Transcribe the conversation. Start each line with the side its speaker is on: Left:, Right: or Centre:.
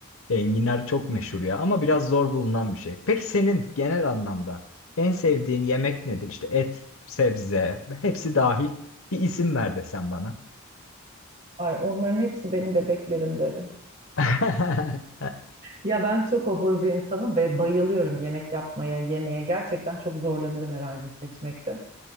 Left: Enginar çok meşhur ya ama biraz zor bulunan bir şey. Peki senin genel anlamda en sevdiğin yemek nedir? İşte et, sebze, hepsi dahil. Bir isim ver desen bana.
Right: Ay onların hepsi benim bebeklerim derim.
Left: <laughs>
Right: Ya ben çok obur bir insanım ve bayılıyorum yemek yapmaya, yemeye. Gerçekten çok zorlanırım herhalde seçmekte.